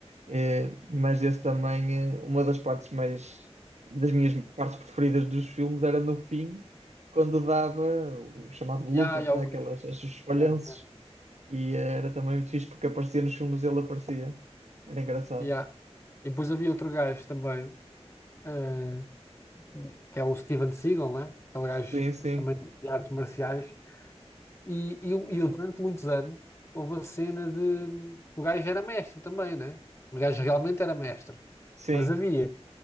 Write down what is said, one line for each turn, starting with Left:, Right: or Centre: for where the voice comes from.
Right: É, mas esse também, é, uma das partes mais, das minhas partes preferidas dos filmes era no fim, quando dava o chamado bloopers,
Left: e há
Right: né?
Left: Augusto.
Right: Aquelas, esses falhanços.
Left: já, já.
Right: E era também muito fixe porque aparecia nos filmes, ele aparecia. Era engraçado.
Left: já. E depois havia outro gajo também, eh, que é o Steven Seagal, né? Aquele gajo
Right: Sim, sim,
Left: também de artes marciais. E, e, eu- e eu, durante muitos anos, houve a cena de. O gajo era mestre também, né? O gajo realmente era mestre.
Right: sim.
Left: Mas havia